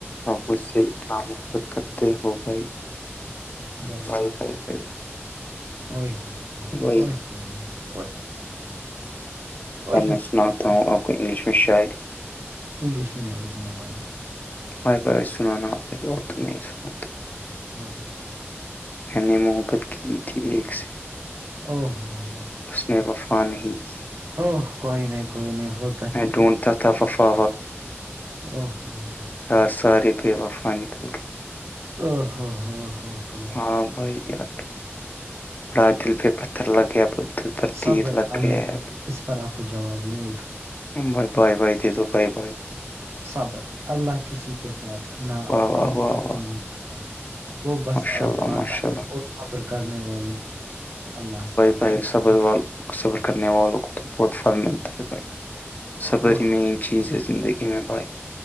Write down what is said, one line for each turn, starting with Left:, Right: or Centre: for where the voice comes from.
Left: آپ مجھ سے اتنا محبت کرتے ہو بھائی
Right: بائی
Left: بھائی
Right: آپ
Left: بھائی بھائی
Right: ا ہو ہو
Left: بھائی
Right: ا ہو اوئے
Left: اب میں
Right: ہوئے
Left: سناتا ہوں آپ کو انگلش میں شاید
Right: انگلش میں نہیں اردو میں بھائی
Left: بھائی بائی بائی سن ناپ بھائی اردو میں ہی سنا تھا
Right: بولو بھائی
Left: میں نے محبت کی تھی ایک سے
Right: او ہو ہو
Left: اس نے وفوا نہیں کی
Right: ہو کوئی نہیں کوئی نہیں ہو
Left: ڈونفا
Right: او ہو
Left: یار سارے بے وفا نکل کے
Right: ہو ہو خدا
Left: ہاں بھائی یار بڑا دل پہ پتھر لگ گیا پر
Right: صبر
Left: تیر لگ گیا
Right: میں
Left: ہے
Right: اس پر آپ کو جواب دوں ایک
Left: بائے بائے بائے دےیدو بائے بائے
Right: صابر اللہ کسی کے ساتھ ن
Left: واہ واہ
Right: انصافی
Left: واہ واہ
Right: نہیں کرتا وہ بس
Left: ماشاء
Right: آزماتا
Left: اللہ ماشاء
Right: ہے
Left: اللہ
Right: اور صبر کرنے والوں کو اللہ ساتھ
Left: پائی سبر صبر کرنے والوں کو تو بہت پھل ملتا ہے بھائی صبر
Right: اوہ
Left: ہی میں چیز ہے زندگی میں بھائی